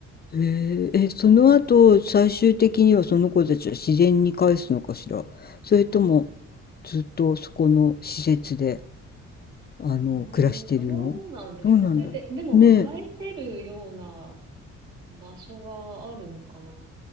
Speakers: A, on the left; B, on the right.
A: へえ、え、その後、最終的にはその子たちは自然に返すのかしら。それとも、ずっとそこの施設で、あの、
B: う
A: 暮らしてるのどうなんだろう。
B: ーん、どうなんですかね。で、でもまあ返せるような
A: ね
B: 場所があるのかな。